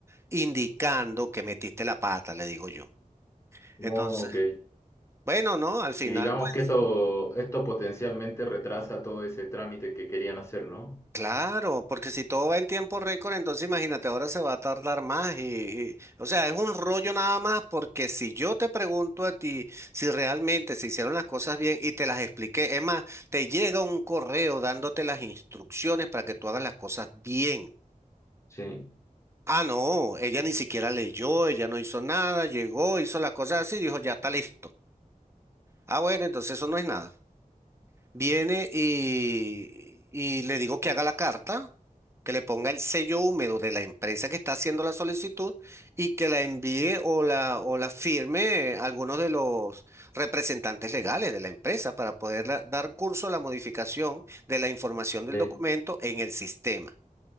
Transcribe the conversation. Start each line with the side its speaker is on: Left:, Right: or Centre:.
Right: indicando que metiste la pata, le digo yo.
Left: Oh,
Right: Entonces,
Left: ok.
Right: bueno, no, al final,
Left: Y digamos
Right: pues
Left: que esto, esto potencialmente retrasa todo ese trámite que querían hacer, ¿no?
Right: claro, porque si todo va en tiempo récord, entonces imagínate, ahora se va a tardar más y, y- o sea, es un rollo nada más porque si yo te pregunto a ti si realmente se hicieron las cosas bien y te las expliqué, es más, te llega un correo dándote las instrucciones para que tú hagas las cosas bien.
Left: Sí.
Right: Ah, no, ella ni siquiera leyó, ella no hizo nada, llegó, hizo las cosas así, dijo, ya está listo. Ah, bueno, entonces eso no es nada. Viene y, y le digo que haga la carta, que le ponga el sello húmedo de la empresa que está haciendo la solicitud y que la envíe o la, o la firme algunos de los representantes legales de la empresa para poder la- dar curso a la modificación de la información del
Left: Sí,
Right: documento en el sistema.